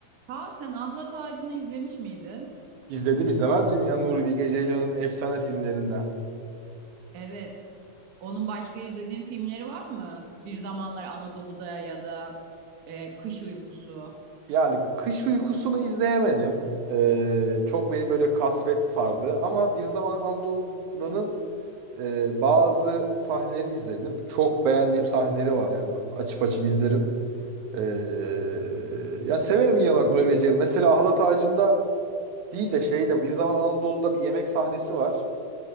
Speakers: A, on the right (about 45°); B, on the right (about 80°).
A: Kaan sen Ahlat Ağacı'nı izlemiş miydin?
B: İzledim izlemez miyim ya Nuri Bilge Ceylan'ın efsane filmlerinden.
A: Evet. Onun başka izlediğin filmleri var mı? Bir Zamanlar Anadolu'da ya da e, Kış Uykusu,
B: Yani Kış Uykusu'nu izleyemedim. Ee, çok beni böyle kasvet sardı. Ama Bir Zaman Anadolu'nun e, bazı sahnelerini izledim. Çok beğendiğim sahneleri var yani. Açıp açıp izlerim. Ee, ya severim iyi olarak Nuri Bilge Ceylan. Mesela Ahlat Ağacı'nda değil de şeyde Bir Zaman Anadolu'da bir yemek sahnesi var.